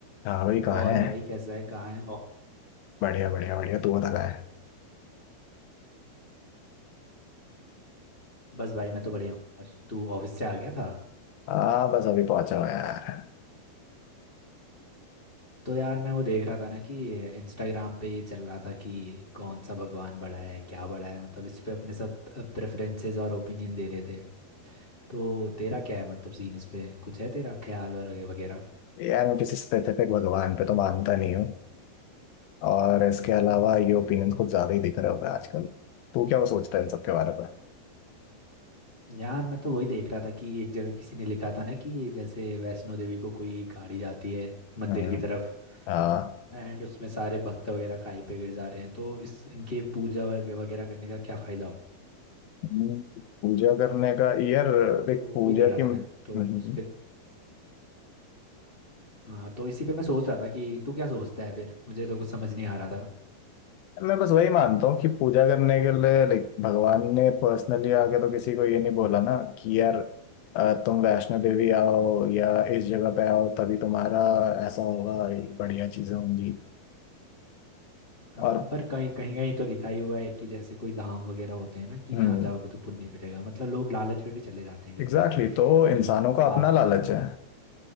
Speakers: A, on the left; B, on the left.
A: हाँ भाई कहाँ
B: और
A: है
B: भाई कैसा है कहाँ है ओ,
A: बढ़िया बढ़िया बढ़िया तू बता कहाँ है
B: बस भाई मैं तो बढ़िया हूँ यार तू ऑफिस से आ गया था
A: हाँ बस अभी पहुंचा हूँ यार
B: तो यार मैं वो देख रहा था ना कि इंस्टाग्राम पे ये चल रहा था कि कौन सा भगवान बड़ा है क्या बड़ा है मतलब इस पे अपने सब प्रेफरेंसेस और ओपिनियन दे रहे थे तो तेरा क्या है मतलब सीन इस पे कुछ है तेरा ख्याल वगैरह वगैरह
A: यार मैं किसी स्पेसिफिक भगवान पे तो मानता नहीं हूँ और इसके अलावा ये ओपिनियन कुछ ज्यादा ही दिख रहे होगा आजकल तू क्या सोचता है इन सब के बारे में
B: यार मैं तो वही देख रहा था कि एक जगह किसी ने लिखा था ना कि जैसे वैष्णो देवी को कोई गाड़ी जाती है मंदिर
A: हम्म,
B: की तरफ
A: हाँ
B: एंड हाँ उसमें सारे भक्त वगैरह खाई पे गिर जा रहे हैं तो इस इनके पूजा वगै- वगैरह करने का क्या फायदा
A: हम्म, पूजा करने का यार देख
B: तो
A: पूजा
B: वही देख रहा
A: की हम्म,
B: था मैं तो
A: हम्म,
B: उस
A: हम्म।
B: पे हाँ तो इसी पे मैं सोच रहा था कि तू क्या सोचता है फिर मुझे तो कुछ समझ नहीं आ रहा था
A: मैं बस वही मानता हूँ कि पूजा करने के लिए लाइक भगवान ने पर्सनली आके तो किसी को ये नहीं बोला ना कि यार अ, तुम वैष्णो देवी आओ या इस जगह पे आओ तभी तुम्हारा ऐसा होगा ये बढ़िया चीजें होंगी
B: हाँ
A: और
B: पर कहीं कहीं कहीं तो लिखा ही हुआ है कि जैसे कोई धाम वगैरह होते हैं ना कि
A: हम्म
B: यहाँ जाओगे तो पुण्य मिलेगा मतलब लोग लालच में भी चले जाते हैं कभी
A: एग्जैक्टली
B: कभी
A: exactly, तो
B: कि
A: इंसानों का
B: पाप
A: अपना लालच
B: करा
A: है